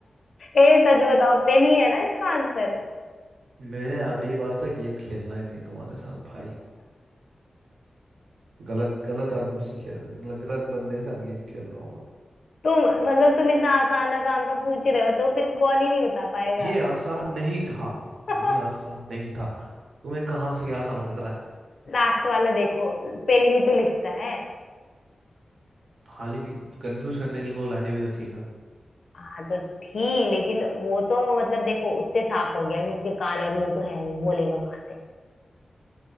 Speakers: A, on the left; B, on the right.
A: ए सच बताओ पेन ही है ना इसका आंसर
B: मैंने अगली बार से गेम खेलना ही नहीं है तुम्हारे साथ भाई गलत गलत आदमी से खेल मतलब गलत बंदे के साथ गेम खेल रहा हूँ
A: तुम मतलब तुम इतना आसान आसान सा पूछ रहे हो तो फिर कौन ही नहीं बता पाएगा
B: ये आसान नहीं था
A: <laughs>
B: ये आसान नहीं था तुम्हें कहाँ से ये आसान लग रहा है
A: लास्ट वाला देखो पेन ही तो लिखता है
B: हाँ लेकिन कंफ्यूज करने के लिए दो लाइनें भी तो थी ना
A: हाँ तो थी लेकिन वो तो मतलब देखो उससे साफ हो गया कि उसके कान और मुंह तो है नहीं बोलेगा कहाँ से